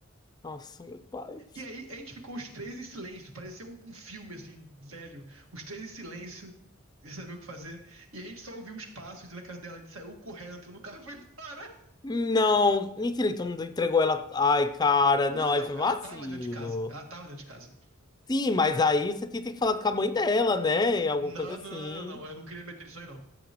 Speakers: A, on the left (about 20°); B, on the right (about 80°).
A: Nossa, meu pai.
B: E aí, a gente ficou os três em silêncio. Parecia um, um filme, assim, velho. Os três em silêncio, sem saber o que fazer. E a gente só ouviu uns passos na casa dela. A gente saiu correndo, entrou no carro e foi embora.
A: Não, mentira que tu não entregou ela. Ai, cara, não,
B: Não,
A: aí
B: não,
A: foi
B: ela
A: vacilo.
B: tava dentro de casa. Ela tava dentro de casa.
A: Sim, mas aí você tinha que falar com a mãe dela, né? Alguma
B: Não,
A: coisa assim.
B: não, não, não, não. Eu não queria meter isso aí, não.